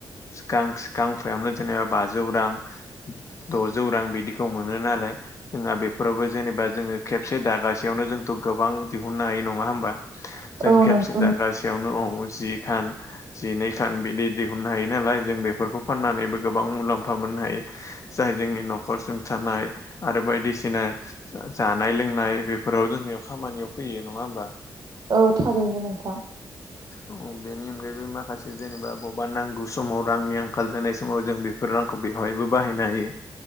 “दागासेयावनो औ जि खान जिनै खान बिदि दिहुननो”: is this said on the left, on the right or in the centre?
Left